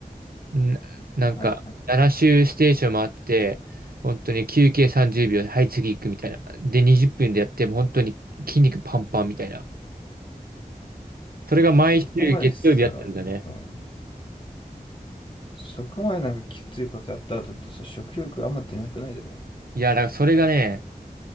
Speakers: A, on the right (about 75°); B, on the left (about 35°).
A: んなんか、
B: はいはい
A: 7周ステーションもあって、本当に休憩30秒で、はい、次行くみたいな。で、20分でやって、もう本当に筋肉パンパンみたいな。それが毎週月曜日やってるんだね。
B: そこまでさ、うん。そこまでなんかきついことやった後ってさ、食欲あんま出なくないでも。
A: いや、だからそれがね、